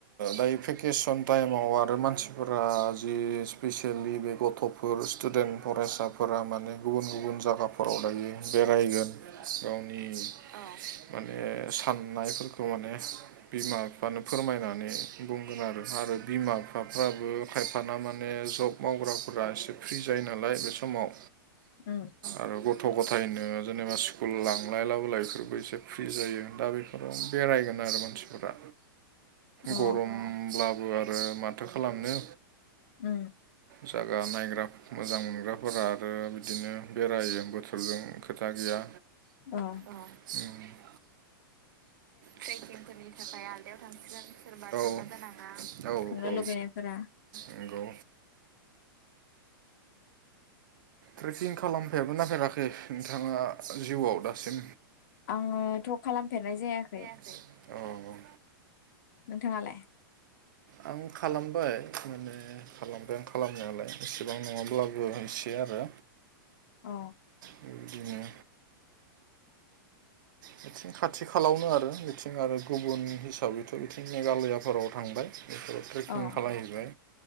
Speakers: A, on the right; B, on the left.
A: दायो भेकेसन टाइमाव आरो मानसि फोरा जि स्पेसियेलि बे गथ'फोर स्टुडेन्ट फरायसाफोरा माने गुबुन गुबुन जागा नखराव दायो बेरायगोन गावनि औ माने साननायफोरखौ नङा ने बिमा बिफानो फोरमायनानै बुंगोन आरो आरो बिमा बिफाफ्राबो खायफाना माने जब मावग्राफोरा एसे फ्रि जायो नालाय बे समाव
B: उ
A: आरो गथ' गथायनो जेनेबा स्कुल लांलाय लाबोलाय बेफोरबो एसे फ्रि जायो दा बेफोराव बेरायगोन आरो मानसिफोरा
B: औ
A: गरम होमब्लाबो आरो माथो खालामनो
B: उ
A: जागा नायग्रा मोजां मोनग्राफोरा आरो बिदिनो बेरायो बोथोरजों खोथा गैया
B: औ
A: उ ट्रेकिंफोरनि थाखाय आलदायाव थांसिगोन सोरबा औ औ
B: थांनो
A: औ
B: लुगैनायफोरा
A: नंगौ ट्रेकिं खालाम होफेरखोना फेराखै नोंथाङा जिउआव दासिम?
B: आङो थ' खालामफेरनाय जायाखै।
A: अ ओं।
B: नोंथाङालाय
A: आं खालामबाय माने खालामबाय आं खालामनायालाय इसेबां नङाब्लाबो होनसे आरो।
B: अ।
A: बेबायदिनो <unintelligible> खाथि खालावनो आरो बिथिं आरो गुबुन हिसाबैथ' बिथिं मेघालयाफोराव थांबाय बेफोराव ट्रेकिं
B: औ
A: खालायहैबाय।